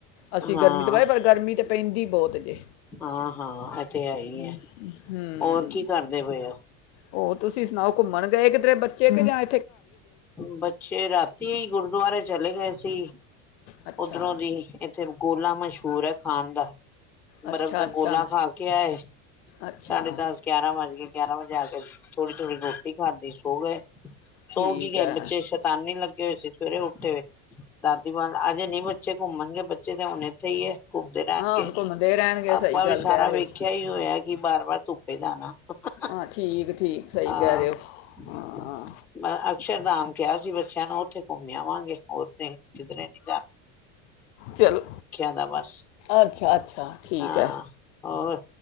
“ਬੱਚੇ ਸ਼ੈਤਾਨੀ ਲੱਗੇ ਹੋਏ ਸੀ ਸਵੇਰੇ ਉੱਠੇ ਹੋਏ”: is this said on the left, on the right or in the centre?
Centre